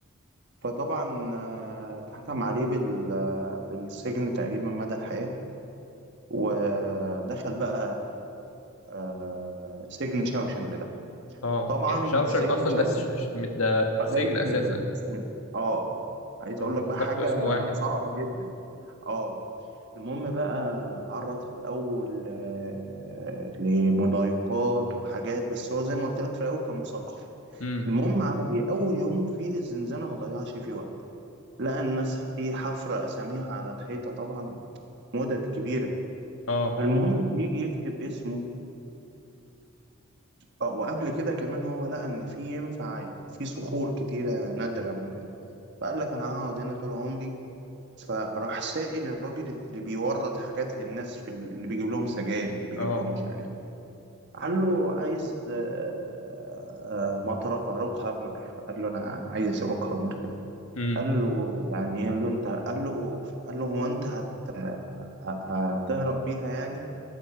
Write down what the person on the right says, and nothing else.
فطبعا آه، اتحكم عليه بال... بالسجن تقريبا مدى الحياة ودخل بقى آه سجن شاوشنج ده
طبعا
سجن
شاوشنج
ده
اسم
ال... اسم السجن اه آه. عايز
اقول لك
بقى حاجة
صعبة جدا اه المهم بقى اتعرض في الاول آه، لمضايقات وحاجات بس هو زي ما قلت لك في الاول كان مثقف
المهم عمل ايه اول يوم في الزنزانه ما ضيعش فيه وقت لقى الناس ايه حفره اساميها على الحيطه طبعا مدد كبيره
فالمهم بيجي يكتب اسمه آه، وقبل كده كمان هو لقى ان في ينفع في صخور كتيره نادره ممكن فقال لك انا هقعد هنا طول عمري فراح سائل الراجل اللي بيورد حاجات للناس في ال- اللي بيجيب لهم سجاير اللي بيجيب
لهم مش عارف ايه قال له عايز آه، آه، مطرقة روك هامر قال له انا عايز روك هامر كده
قال له يعني ايه قال له انت قال له قال له هو انت هت- ه- هتهرب بيها يعني